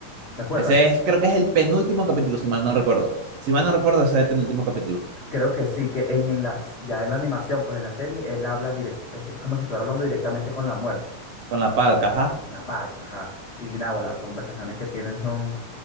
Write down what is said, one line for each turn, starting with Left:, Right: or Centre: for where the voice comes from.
Left: ¿Te acuerdas?
Right: Ese es, creo que es el penúltimo capítulo, si mal no recuerdo. Si mal no recuerdo, ese es el penúltimo capítulo.
Left: Creo que sí, que en, en las, ya en la animación, pues en la serie, él habla directo, es, es como si estuviera hablando directamente con la muerte,
Right: Con la palca, ajá.
Left: la parca, ajá. Y nada, las conversaciones que tienen son,